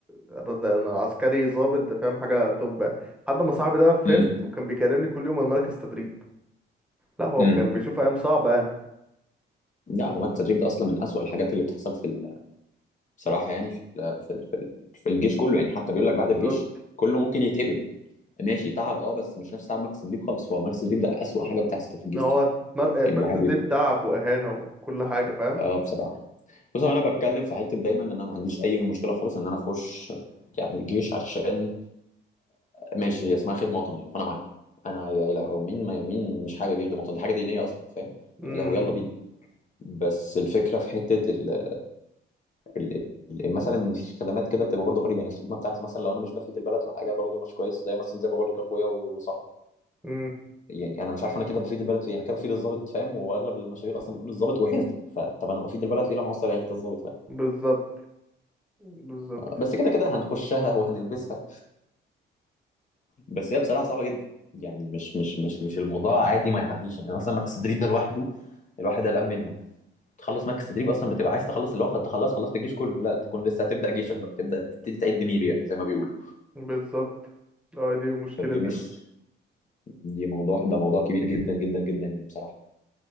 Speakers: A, in the centre; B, on the left.
A: رد- انا عسكري ضابط ده فاهم حاجه توب لحد ما صاحبي ده فهمت
B: امم
A: وكان بيكلمني كل يوم من مركز تدريب لا هو
B: امم
A: كان بيشوف ايام صعبه يعني
B: لا هو مات التدريب ده اصلا من اسوأ الحاجات اللي بتحصل في ال- بصراحه يعني في ال في ال في, ال في الجيش كله يعني حتى بيقول لك بعد
A: بالظبط
B: الجيش كله ممكن يتقبل ماشي تعب اه بس مش نفس تعب مركز التدريب خالص فهو مركز التدريب ده اسوأ حاجه بتحصل في الجيش
A: إن هو
B: بصراحه
A: مر-
B: يعني
A: المركز
B: الواحد بيبقى
A: ده تعب واهانه وكل حاجه فاهم
B: اه بصراحه بص هو انا بتكلم في حته دايما ان انا ما عنديش اي مشكله خالص ان انا اخش يعني الجيش عشان ماشي هي اسمها خدمه وطنيه فانا معاك انا يا لهوي مين ما مين مش حابب يخدم وطن دي حاجه دينيه اصلا فاهم
A: امم
B: يا لهوي يلا بينا بس الفكره في حته ال... ال... ال- مثلا إن في خدمات كده بتبقى برضه غريبه يعني الخدمه بتاعتي مثلا لو انا مش بفيد البلد في حاجه برضه مش كويس زي مثلا زي ما بقول لك اخويا وصاحبي
A: امم
B: يعني انا مش عارف انا كده بفيد البلد في إيه. انا كده بفيد الضابط فاهم واغلب المشاوير اصلا بيكون الضابط وعيلته فطب انا بفيد البلد في ايه لما اوصل عيله الضابط فاهم
A: بالظبط بالظبط
B: بس كده كده هنخشها وهنلبسها بس هي بصراحه صعبه جدا يعني مش مش مش مش الموضوع عادي ما يعديش يعني اصلا مركز تدريب ده لوحده الواحد قلقان منه تخلص مركز تدريب اصلا بتبقى عايز تخلص اللي هو خدت تخلص خلصت الجيش كله لا تكون لسه هتبدا جيشك بقى تبدا تبتدي تعد ميري يعني زي ما بيقولوا
A: بالظبط اه دي مشكله
B: فدي مش دي موضوع ده موضوع كبير جدا جدا جدا يعني بصراحه